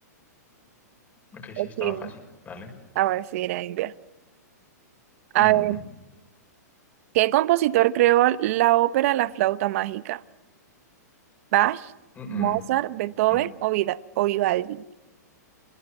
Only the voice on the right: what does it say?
o
China.
A ver si era India. A
ver, ¿qué compositor creó la ópera La flauta mágica? ¿Bach,
Mozart,
Beethoven
o, Vida o Vivaldi? <laughs>